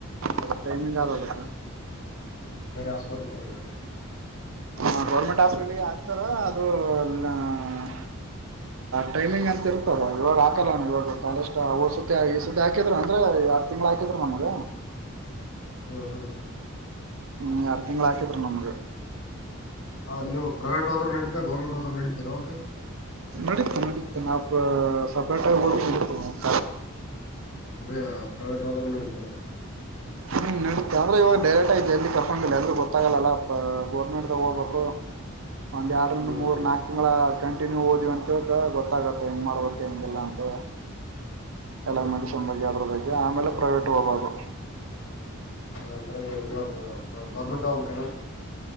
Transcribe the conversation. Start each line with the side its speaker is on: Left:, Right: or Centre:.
Right: ಅದಕ ಟೈಮಿಂಗ್ ಅದ ಅದಕ್
Left: ಬೇರೆ ಹಾಸ್ಪಿಟಲ್ಗೆ ಹೋಗಿಯ
Right: ಹ ಗೌರ್ಮೆಂಟ್ ಹಾಸ್ಪಿಟಲಗೆ ಹಾಕ್ತಾರ ಅದು ನ- ಟೈಮಿಂಗ್ ಅಂತ ಇರ್ತದ ಇವಾಗ ಹಾಕಲ್ಲಣ ಇವಾಗ ಕಾಲೇಜ ಹೋದ ಸತಿ ಈ ಸತಿ ಹಾಕಿದ್ರ ಅಂದ್ರು ಎರಡ್ ತಿಂಗಳ ಹಾಕಿದ್ರ ನಮಗ.
Left: <inaudible>
Right: ಹ್ಮ ಆರ ತಿಂಗಳ ಹಾಕಿದ್ರ ನಮ್ಮಗ
Left: ಅ ನೀವು ಪ್ರೈವೇಟ್ ಹೋದ್ರು ನಡಿಯುತ್ತ ಗೌರ್ಮೆಂಟ್ ಹೋದ್ರ ನಡಿಯುತ್ತಾನ ಆವಾಗ
Right: ನಡೀತು ನಡೀತು ನಾವು ಪ ಸಪರೆಟ <unintelligible> ಆಗಿ ಹೋದರ ನಡೀತದ
Left: ಅದೇ ಅ ಪ್ರೈವೇಟ್ ಹೋದ್ರು ನಡಿತದ.
Right: ಹ್ಮ ನಡಿಯುತ್ತ ಆದ್ರೆ ಇವಾಗ ಡೈರೆಕ್ಟ್ ಆಗಿ ಜಲ್ದಿ ಕರ್ಕೊಳಂಗಿಲ್ಲ ಎಲ್ಲಿ ಗೊತ್ತಾಗಂಗಿಲ್ಲ ಗೌರ್ಮೆಂಟದಾಗ ಹೋಗ್ಬೇಕೊ ಒಂದು ಎರಡರಿಂದ
Left: ಹ್ಮ್
Right: ಮೂರು
Left: ಹ್ಮ್
Right: ನಾಲ್ಕು ತಿಂಗಳ ಹಾಕಡ ಕಂಟಿನಿವ ಹೋದವಿ ಅಂತ ತಿಳ್ಕೊ ಗೊತ್ತಾಗತ್ತೆ ಹೆಂಗ ಮಾಡ್ಬೇಕ ಹೆಂಗಿಲ್ಲ ಅಂತ ಹೇಳಿ
Left: ಹ್ಮ್
Right: ಎಲ್ಲ ಮುಗಿಸಿಕೊಂಡ ಬಗೆಹರದಿರತಯ್ತಿ ಆಮೇಲೆ ಪ್ರೈವೇಟ್ ಹೋಗಬಹುದು
Left: ಅಂದ್ರೆ ಇವಾಗ ಗೌರ್ಮೆಂಟ.